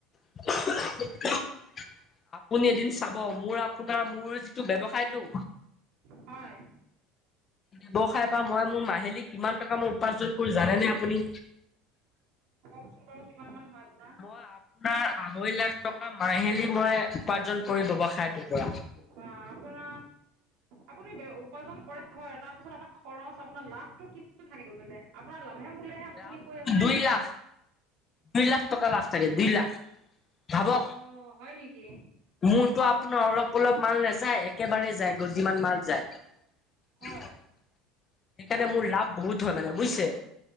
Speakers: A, on the left (about 20°); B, on the right (about 55°).
A: <unintelligible> আপুনি এদিন চাব মোৰ আপোনাৰ মোৰ যিটো ব্যৱসায়টো
B: হয়।
A: ব্যৱসায়ৰ পৰা মই মোৰ মাহিলী কিমান টকা মই উপাৰ্জন কৰো জানেনে আপুনি।
B: কওঁকচোন বাৰু কিমান মান হয় আপোনাৰ?
A: মই আপোনাৰ আঢ়ৈ লাখ টকা মাহিলী মই উপাৰ্জন কৰি ব্যৱসায়টোৰ পৰা।
B: বা আপোনাৰ আপুনি উপাৰ্জন কৰে হয় তাৰপিছত আপোনাৰ খৰচ আপোনাৰ লাভটো কিমান থাকে গৈ পেলাই। আপোনাৰ লাভে মূলে হে আপুনি
A: লাভ
B: কৈ আছে।
A: দুই লাখ দুই লাখ টকা লাষ্ট থাকে দুই লাখ ভাবক।
B: অ, হয় নেকি?
A: মোৰতো আপোনাৰ অলপ - অলপ মাল নাযায় একেবাৰেই যায় গৈ যিমান মাল সেইকাৰণে
B: হয়
A: মোৰ লাভ বহুত হয় মানে বুইছে।